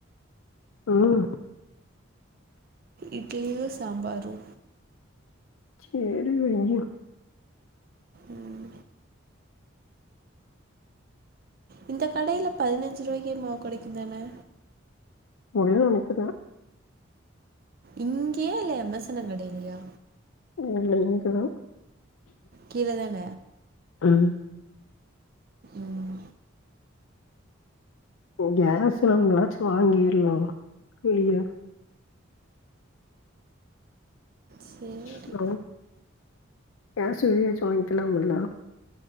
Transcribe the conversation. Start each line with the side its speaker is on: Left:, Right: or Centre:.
Left: ம்
Right: இட்லியு சாம்பாரு
Left: சேரி வையு
Right: ம் இந்தக் கடையில பதினஞ்சு ரூவாய்க்கே மாவு கெடைக்கும் தான
Left: முடிவு எனக்குத்தா
Right: இங்கியா இல்ல எமசனம் கடையிலையா
Left: இல்ல இங்க தா
Right: கீழ தான
Left: ம்
Right: ம்
Left: கேஸ்லா நம்மளாச்சு வாங்கிர்னு இல்லியா
Right: சரி
Left: ஹலோ கேஸ் வெளிய ஆச்சி வாங்கிக்கலாமுல்ல